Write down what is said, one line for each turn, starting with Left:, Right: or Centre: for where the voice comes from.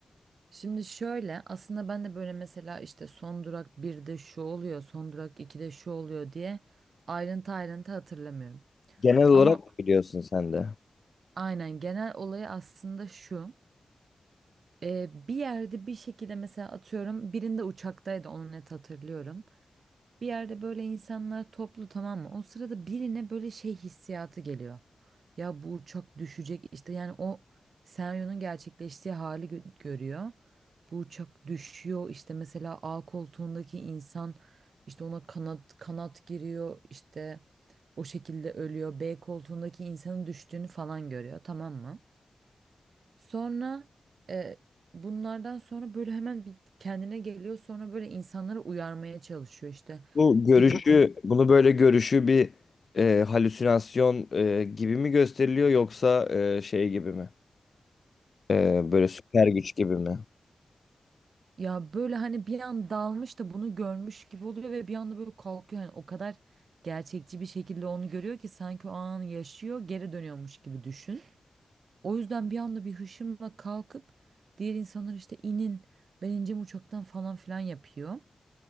Right: Şimdi şöyle aslında ben de böyle mesela işte Son Durak birde şu oluyor, Son Durak 2'de şu oluyor diye ayrıntı ayrıntı hatırlamıyorum.
Left: Genel olarak
Right: Ama
Left: mı biliyorsun sen de?
Right: aynen genel olayı aslında şu. E, bir yerde bir şekilde mesela atıyorum birinde uçaktaydı onu net hatırlıyorum. Bir yerde böyle insanlar toplu tamam mı? O sırada birine böyle şey hissiyatı geliyor. Ya bu uçak düşecek işte yani o senaryonun gerçekleştiği hali gö- görüyor. Bu uçak düşüyor işte mesela A koltuğundaki insan işte ona kanat kanat giriyor işte o şekilde ölüyor. B koltuğundaki insanın düştüğünü falan görüyor tamam mı? Sonra e, bunlardan sonra böyle hemen bir kendine geliyor sonra böyle insanları uyarmaya çalışıyor işte.
Left: Bu görüşü,
Right: Gidin
Left: bunu böyle görüşü bir e, halüsinasyon e, gibi mi gösteriliyor yoksa e, şey gibi mi? Ee, böyle süper güç gibi mi?
Right: Ya böyle hani bir an dalmış da bunu görmüş gibi oluyor ve bir anda böyle kalkıyor. Hani o kadar gerçekçi bir şekilde onu görüyor ki sanki o anı yaşıyor, geri dönüyormuş gibi düşün. O yüzden bir anda bir hışımla kalkıp diğer insanlar işte inin, ben ineceğim uçaktan falan filan yapıyor.